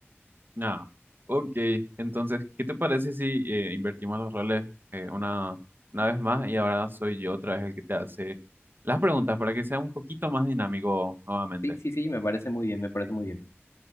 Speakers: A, on the right; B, on the left.
A: Ah, ok. Entonces, ¿qué te parece si eh, invertimos los roles eh, una, una vez más y ahora soy yo otra vez el que te hace las preguntas para que sea un poquito más dinámico nuevamente?
B: Sí, sí, sí, me parece muy bien, me parece muy bien.